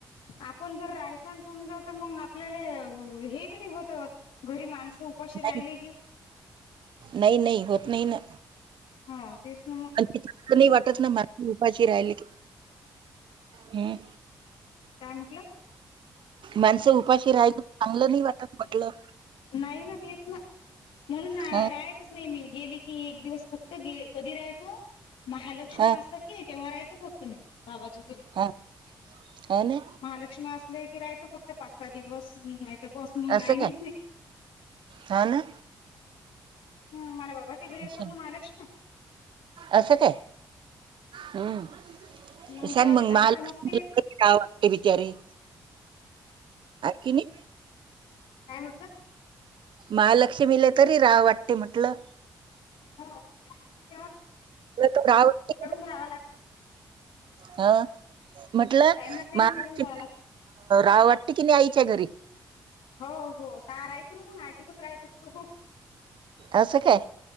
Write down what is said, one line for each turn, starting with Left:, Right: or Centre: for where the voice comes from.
Left: आपण जर रायसान समजऽ मग आपल्या हेी नाही होत,, घरी माणसऽ ऊपाशी
Right: नाही.
Left: राहिले की
Right: नाही, नाही होत नाही ना.
Left: हो तेच ना मग
Right: नाही वाटत ना मर्धज्ञ उपाशी राहिल कि हम्म.
Left: काय म्हटलं
Right: माणसं उपाशी राहायला चांगलं नाही वाटत म्हटलं.
Left: नाही ना तेच ना म्हणून
Right: हं
Left: राहतच नाही मी. गेली की एक दिवस फक्त गे, कधी राहतो, महालक्ष्मी
Right: हा
Left: असतात की तेव्हा राहो. तुमी, बाबाच्या घरी
Right: हा हो ना
Left: महालक्ष्मी असले की राय तो. पाच, सहा दिवस, नाही तर बस मग
Right: असं
Left: राहिलेच
Right: काय
Left: नाही.
Right: हो ना
Left: ह, मला बाबाच्या घरी असतात
Right: असं
Left: ना महालक्ष्मीऽ
Right: असं काय? हम्म.
Left: मग
Right: सांग
Left: तेव्हा
Right: मंग,,
Left: ते कार्यक्रम
Right: महाल् वाटते
Left: असते
Right: बिचारेऽ किनी,
Left: काय म्हटलं?
Right: महालक्ष्मीला तरी राव वाटते म्हटल,,
Left: हा,
Right: त गावय
Left: राहावा लागते
Right: हा <inaudible> म्हटलं,
Left: टाइमात टाइम
Right: महाराष्ट,,
Left: काढून राहावा लागते
Right: राव वाटते की नाही आईच्या घरी?
Left: हो हो, ताराय तो ना मग आठ दिवस वस राहतस तोऽ
Right: असं काय?